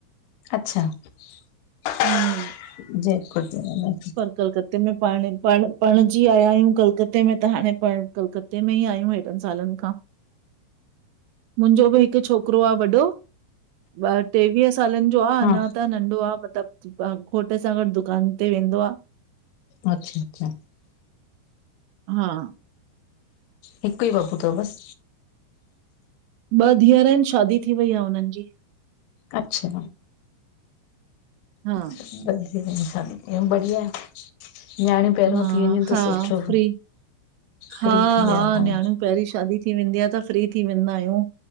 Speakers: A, on the left (about 80°); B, on the right (about 80°).
A: अच्छा जयपुर
B: हम्म
A: त वने ती।
B: कलकते में पाण पण पणिजी आया आहियूं कलकते में त हाणे पण कलकत। ते में ई आहियूं हेॾन सालन खां। मुंहिंजो बि हिकु छोकिरो आहे वॾो ॿा टेवीह सालन। ॿयो आ
A: हा
B: अञा त नंढो आ मतलब घोट सां गॾु दुकान ते वेंदो आ।
A: अच्छा अच्छा।
B: हा।
A: हिकुई बबू त बस?
B: ॿ धीअर इन शादी थी वई आ हुनन जी।
A: अच्छा
B: हा,
A: बस। ॿयो बढ़िया, न्याणियूं पेहेरियो
B: हा,
A: थी वञन त
B: हा
A: सुठो।
B: फ्री हा
A: फ्री थी विया
B: हा
A: हाणे।
B: न्याणियूं। पेहिरीं शादी थी वेंदी आ त फ्री थी वेंदा आहियूं।